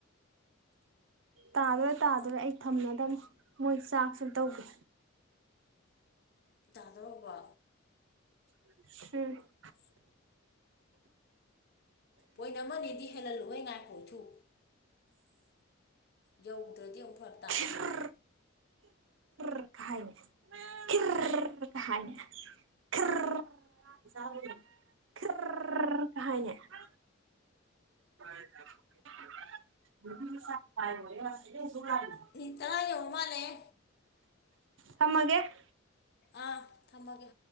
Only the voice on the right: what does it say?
ꯇꯥꯗꯣꯔꯦ ꯇꯥꯗꯣꯔꯦ ꯑꯩ ꯊꯝꯃꯗꯕꯅꯤ ꯃꯣꯏ ꯆꯥꯛꯁꯨ ꯇꯧꯒꯦ꯫
<unintelligible>
ꯈꯤꯔ <unintelligible> <unintelligible> <unintelligible> <unintelligible> <inaudible>
ꯊꯝꯃꯒꯦ꯫